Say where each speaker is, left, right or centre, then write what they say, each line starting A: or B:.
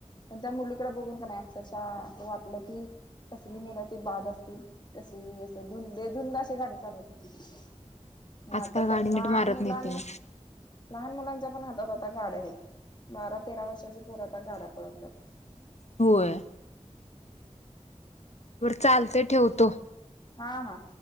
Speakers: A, on the left; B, on the left.
A: पण त्या मुलीकडे बघून का नाहीक् त वाटलं की कसली मला ते बाद असतील कशीुुंद अेाडी चाल हो
B: आजकाल
A: आता
B: गाडी
A: तर लहान
B: नीट मारत
A: मुलांना
B: नाही तिने
A: लहान मुलांच्या पण हातात आात गाड्या आहेत बारा तेरा वर्षाच्या पुर आ गाड्या पळवतात
B: होय वर चालते ठेवतो
A: हा हा